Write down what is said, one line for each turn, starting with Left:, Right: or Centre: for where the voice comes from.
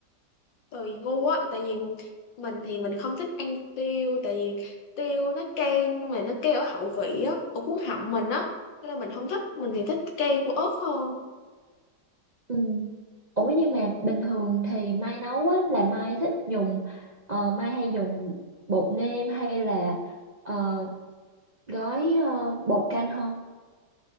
Left: tùy gu á tại vì mình thì mình không thích ăn tiêu tại vì tiêu nó cay mà nó cay ở hậu vị á ở cuốn họng mình á nên là mình không thích mình thì thích cay của ớt hơn
Right: Ừ. Ủa nhưng
Left: ừ.
Right: mà bình thường thì Mai nấu á là Mai thích dùng ờ, Mai hay dùng bột nêm hay là ờ, gói ờ, bột canh hơn?